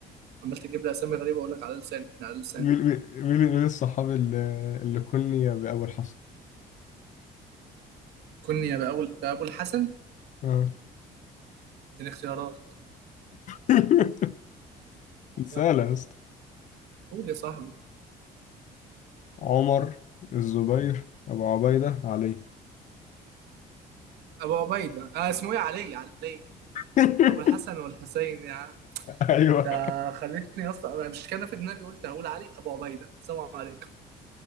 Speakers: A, on the right (about 75°); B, on the left (about 50°).
A: عمال تجيب لي اسامي غريبه اقول لك على لساني على لساني
B: من من من <laughs> الصحاب اللي اللي كني بأول حسن
A: كني بقى اقول بقى ابو الحسن
B: اه
A: اديني اختيارات
B: <laughs> سهلة
A: يلا
B: يا اسطى
A: قول يا صاحبي
B: عمر الزبير أبو عبيدة علي
A: ابو عبيده آه اسمه ايه علي علي
B: <laughs>
A: ابو الحسن والحسين يا عم
B: ايوه
A: انت خليتني يا اسطى أنا مش كان في دماغي قلت هقول علي ابو عبيده سلام عليكم